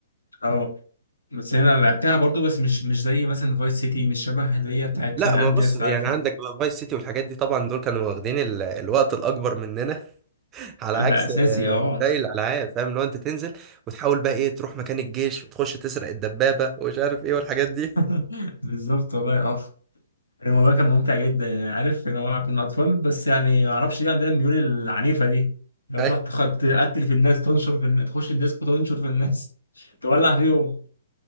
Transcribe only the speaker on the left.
اه بس هنا أنا لعبتها برضو بس مش مش زي مثلا فايس سيتي مش شبه اللي هي بتاعت
سان اندرياس
عارفها
ده
اساسي
اه
<laughs> بالظبط والله اه الموضوع كان ممتع جدا يعني عارف ان هو كنا اطفال بس يعني ما اعرفش ليه عندنا الميول العنيفه دي لو
تروح تخ- تقتل في الناس تنشر في الناس تخش الديسكو تنشر في الناس <laughs> تولع فيهم